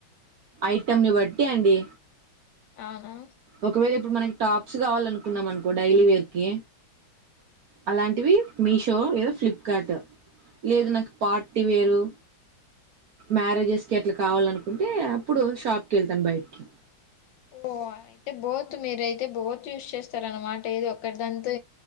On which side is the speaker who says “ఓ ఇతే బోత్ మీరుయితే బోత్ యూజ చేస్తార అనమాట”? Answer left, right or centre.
Left